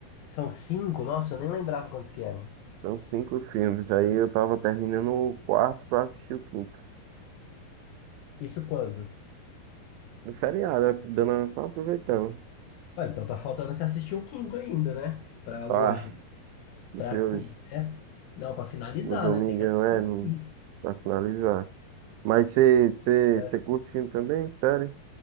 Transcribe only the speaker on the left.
São cinco, nossa, eu nem lembrava quantos que eram.
Isso quando?
Ah, então tá faltando você assistir o quinto ainda, né? Pra
hoje.
Pra,
co- né? Não, pra finalizar,
né? Tem que assistir
os
cinco.
É.